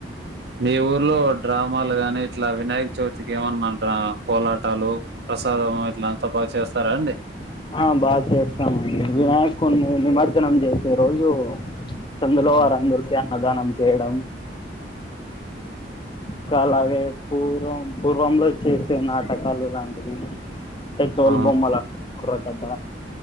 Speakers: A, on the right; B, on the left.
A: మీ ఊర్లో డ్రామాలు గాని ఇట్లా వినాయక చవితికేమన్నా డ్రా కోలటాలు ప్రసాదమో ఇట్లా అంతా బాగా చేస్తారాండి
B: ఆ బాగా చేస్తామండి. వినాయకున్ని నిమర్జానం చేసే రోజు సందులో
A: అవును
B: <unintelligible> అన్నదానం చేయడం, ఇంకా అలాగే పూర్వం పూర్వంలో చేసే నాటకాలు ఇలాంటివి. ఎ తోలు
A: ఆ
B: బొమ్మలాట బుర్రకథ